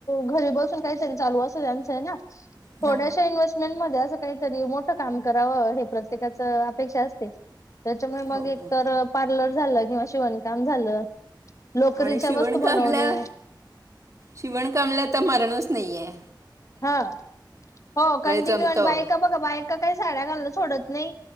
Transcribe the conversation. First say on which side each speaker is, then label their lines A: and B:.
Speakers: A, on the left (about 40°); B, on the right (about 40°).
A: घरी बसून काहीतरी चालू असं त्यांचं आहे ना
B: हा
A: थोड्याशा इन्हेस्टमेंटमध्ये आस काहीतरी मोठं काम करावं हे प्रत्येकाच अपेक्षा असते. त्याच्यामुळे मग
B: हो हो.
A: एक तर पार्लर झालं <inaudible> शिवनकाम झालं लोकरीच्या
B: आणि शिवणकामल्या
A: वस्तू बनवणे
B: शिवणकामल्याता मारणस नाहीए.
A: हा. हो. कंटिन्यू
B: जमतं
A: आणि बायका बघा बायका काही साड्या घालण सोडत नई.